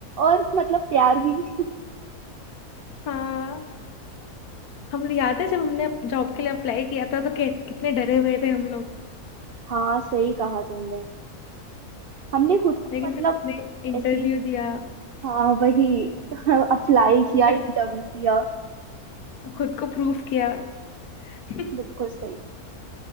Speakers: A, on the right; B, on the left.
A: और मतलब प्यार भी <laughs>
B: हाँ हम याद है जब हमने जॉब के लिए अप्लाई किया था तो कि, कितने डरे हुए थे हम लोग <laughs>
A: हाँ सही कहा तुमने हमने खुद को
B: लेकिन
A: मतलब
B: फिर हमने इंटरव्यू
A: ऐसे
B: दिया
A: हाँ वही <laughs> अप्लाई किया
B: फिर
A: इंटरव्यू दिया
B: खुद को प्रूफ किया <laughs>
A: बिल्कुल सही